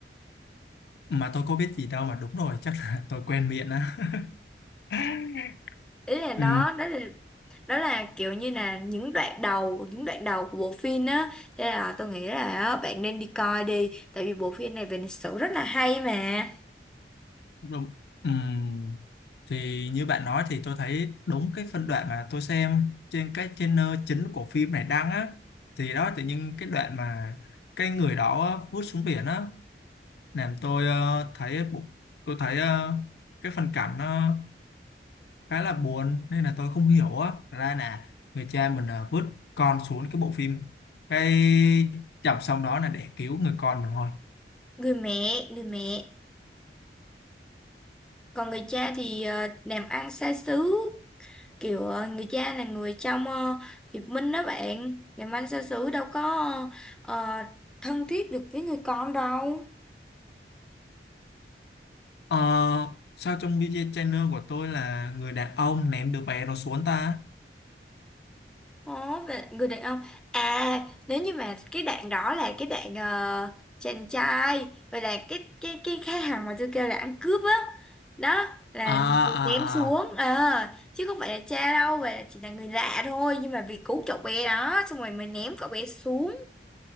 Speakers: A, on the left; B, in the centre.
A: Mà tôi có biết gì đâu mà đúng rồi, chắc là tôi quen miệng á. <laughs>
B: ý là đó
A: Ừ,
B: đó là đó là kiểu như là những đoạn đầu những đoạn đầu của bộ phim á cho nên là tôi nghĩ là á, bạn nên đi coi đi tại vì bộ phim này về lịch sử rất là hay mà
A: Đúng. Ừm, Thì như bạn nói thì tôi thấy đúng cái phân đoạn mà tôi xem trên cái channel chính của phim này đăng á thì đó tự nhiên cái đoạn mà cái người đó vút xuống biển á làm tôi ờ, thấy bộ- tôi thấy ờ, cái phân cảnh nó khá là buồn nên là tôi không hiểu á ra là người cha mình ờ, vứt con xuống cái bộ phim cái chập xong đó là để cứu người con mình thôi
B: người mẹ người mẹ còn người cha thì ờ, làm ăn xa xứ kiểu ờ, người cha là người trong ờ, Việt Minh đó bạn làm ăn xa xứ đâu có ờ, thân thiết được với người con đâu
A: Ờ, sao trong video channel của tôi là người đàn ông ném đứa bé đó xuống ta?
B: Ồ, về người đàn ông à nếu như mà cái đoạn đó là cái đoạn ờ, chàng trai vậy là cái cái cái cái thằng mà tôi kêu là ăn cướp á đó là
A: à
B: người
A: à
B: ném xuống
A: à
B: ờ, chứ không phải là cha đâu vậy là chỉ là người lạ thôi nhưng mà vì cứu cậu bé đó xong rồi mình ném cậu bé xuống